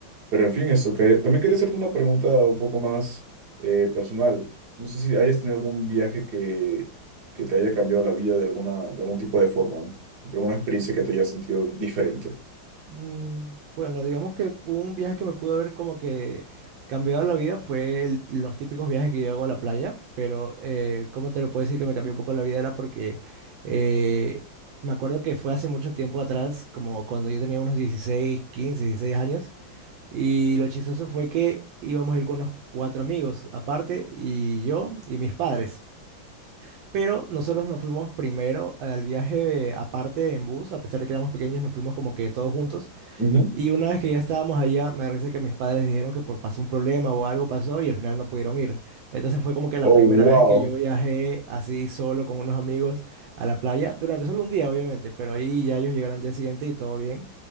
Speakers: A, on the right; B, on the right.
A: Pero en fin, eso. que- También quería hacerte una pregunta un poco más eh, personal. No sé si hayas tenido algún viaje que, que te haya cambiado la vida de alguna, de algún tipo de forma, de alguna experiencia que te haya sentido diferente.
B: Mm, Bueno, digamos que un viaje que me pudo haber como que cambiado la vida fue el- los típicos viajes que yo hago a la playa, pero eh, ¿cómo te lo puedo decir que me cambió un poco la vida? Era porque eh, me acuerdo que fue hace mucho tiempo atrás, como cuando yo tenía unos 16, 15, 16 años, y lo chistoso fue que íbamos a ir con unos cuatro amigos aparte, y yo y mis padres. Pero nosotros nos fuimos primero al viaje eh, aparte en bus, a pesar de que éramos pequeños, nos fuimos como que todos juntos.
A: Ujú.
B: Y una vez que ya estábamos allá, me parece que mis padres dijeron que por pasó un problema o algo pasó y al final no pudieron ir. Entonces fue como que la
A: Oh,
B: primera
A: wow.
B: vez que yo viajé así solo con unos amigos a la playa, durante solo un día obviamente, pero ahí ya ellos llegaron al día siguiente y todo bien.